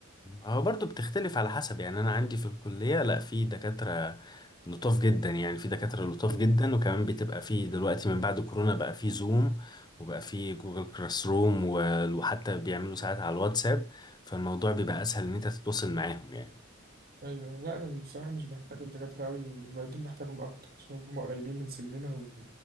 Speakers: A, on the left; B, on the right.
A: هو برضه بتختلف على حسب يعني أنا عندي في الكلية لا في دكاترة لطاف جدا يعني في دكاترة لطاف
B: مم.
A: جدا وكمان بتبقى في دلوقتي من بعد كورونا بقى في زوم وبقى في جوجل كلاس روم و- وحتى بيعملوا ساعات على الواتساب فالموضوع بيبقى أسهل إن أنت تتواصل معاهم يعني
B: أيوة لا أنا بصراحة مش بحتاج الدكاترة أوي المعيدين بحتاجهم أكتر عشان هم قريبين من سننا